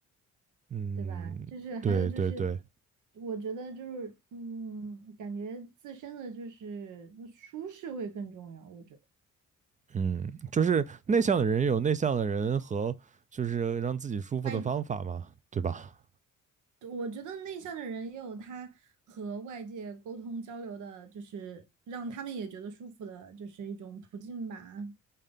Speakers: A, on the right (about 25°); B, on the right (about 75°).
A: 嗯，
B: 对吧？就是还有就是，
A: 对对对，
B: 我觉得就是，嗯，感觉自身的就是舒适会更重要。我觉得
A: 嗯，就是内向的人有内向的人和就是让自己舒服的方法嘛，
B: 外，
A: 对吧？
B: 我觉得内向的人也有他和外界沟通交流的，就是让他们也觉得舒服的，就是一种途径吧。